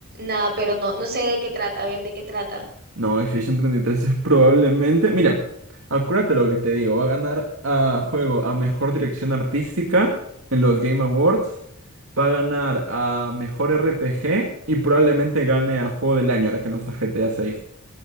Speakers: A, on the right; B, on the right.
A: Nada, pero no, no sé de qué trata, a ver de qué trata.
B: No, Expedition treinta y tres es probablemente. Mira, acuérdate lo que te digo. Va a ganar a juego a mejor dirección artística en los Game Awards. Va a ganar a mejor RPG y probablemente gane a juego del año, ahora que no está GTA 6.